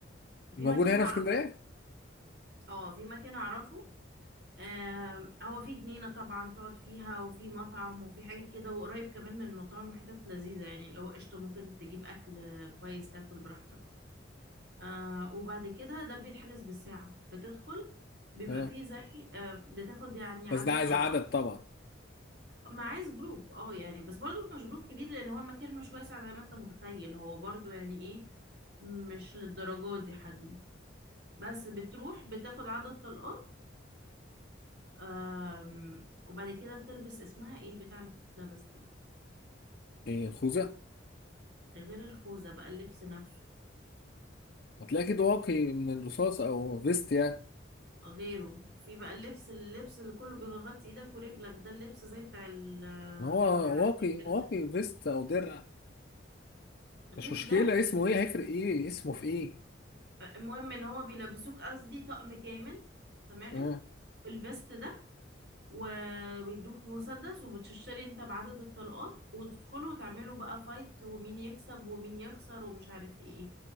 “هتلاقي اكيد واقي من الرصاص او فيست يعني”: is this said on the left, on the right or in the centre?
Left